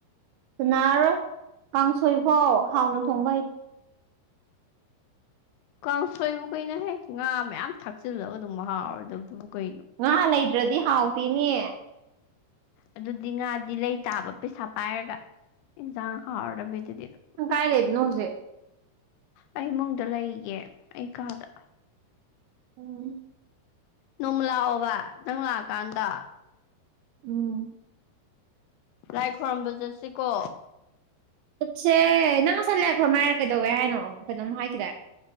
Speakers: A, on the right; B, on the left.
A: ꯆꯟꯅꯥꯔꯔꯣꯏ ꯀꯥꯡꯁꯣꯏ ꯐꯥꯎ ꯍꯥꯎꯅ ꯊꯣꯡꯕ ꯍꯩ
B: ꯀꯥꯡꯁꯣꯏꯕꯨ ꯀꯩꯅꯣꯍꯦ ꯉꯥ ꯃꯌꯥꯝ ꯊꯥꯛꯆꯤꯜꯂꯒ ꯑꯗꯨꯝ ꯃꯍꯥꯎꯔꯣꯏꯗꯨꯕꯨ ꯀꯩꯅꯣ
A: ꯉꯥ ꯂꯩꯇ꯭ꯔꯗꯤ ꯍꯥꯎꯇꯦꯅꯦ
B: ꯑꯗꯨꯗꯤ ꯉꯥꯗꯤ ꯂꯩꯇꯥꯕ ꯄꯩꯁꯥ ꯄꯥꯏꯔꯒ ꯏꯟꯖꯥꯡ ꯍꯥꯎꯔꯗꯕꯤꯗꯨꯗꯤ
A: ꯅꯪ
B: ꯍꯨꯝ
A: ꯀꯥꯏ ꯂꯩꯕꯅꯣ ꯍꯧꯖꯤꯛ
B: ꯑꯩ ꯏꯃꯨꯡꯗ ꯂꯩꯔꯤꯌꯦ ꯑꯩ ꯀꯥꯗ
A: ꯎꯝ
B: ꯅꯣꯡꯃꯥ ꯂꯥꯛꯑꯣꯕ ꯅꯪ ꯂꯥꯛꯑꯀꯥꯟꯗ
A: ꯎꯝ
B: ꯂꯥꯏ ꯈꯣꯏꯔꯝꯕ ꯆꯠꯁꯤ ꯀꯣ
A: ꯆꯠꯁꯦ ꯅꯪ ꯂꯣꯁꯟ ꯂꯩꯔꯛꯄ꯭ꯔꯣ ꯃꯥꯏꯔ ꯀꯩꯗꯧꯋꯦ ꯍꯥꯏꯅꯣ ꯀꯩꯅꯣꯝ ꯍꯥꯏꯈꯤꯗꯥꯏ